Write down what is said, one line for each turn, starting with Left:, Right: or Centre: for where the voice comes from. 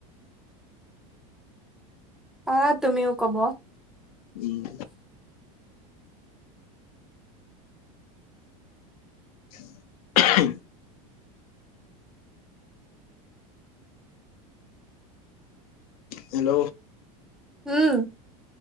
Centre: আহা তুমিও ক'ব।
Left: উম। <inaudible> হেল্ল'।
Centre: উম।